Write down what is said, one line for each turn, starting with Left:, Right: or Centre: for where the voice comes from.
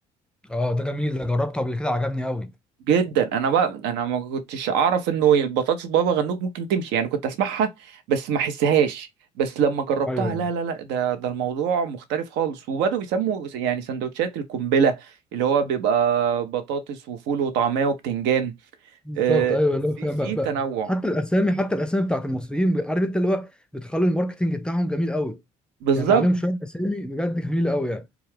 Centre: اه ده جميل ده جربته قبل كده عجبني قوي
Right: جدا انا بقى انا ما كنتش اعرف انه البطاطس بابا غنوج ممكن تمشي يعني كنت اسمعها بس ما احسهاش بس لما جربتها
Centre: ايوه
Right: لا لا لا ده ده الموضوع مختلف خالص وبدأوا يسموا يعني سندوتشات القنبلة اللي هو بيبقى بطاطس وفول وطعمية وبتنجان
Centre: بالظبط
Right: آه،
Centre: ايوه اللي هو فاهم
Right: في في
Centre: بقى, بقى.
Right: تنوع
Centre: حتى الاسامي حتى الاسامي بتاعت المصريين عارف انت اللي هو بتخلي الماركتنج بتاعهم جميل قوي
Right: بالظبط
Centre: يعني عليهم شويه اسامي بجد جميله قوي يعني